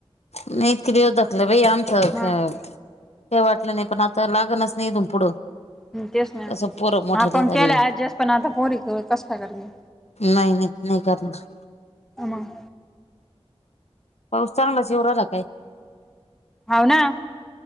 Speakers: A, on the left; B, in the centre.
A: नई... इतके दिवस धकलं बाई आमचं
B: मग
A: काई वाटलं नाई, पण आता लागनच ना इथून पुढं
B: हं तेच ना...
A: असं पोरं मोठाले
B: आपण
A: झाले
B: केलं ऍडजस्ट.... पण आता पोरी, कसं काय करतील
A: नई... नई... नई करणार.
B: मग
A: पाऊस चांगलाच येऊ राहिला काय?
B: हाव ना...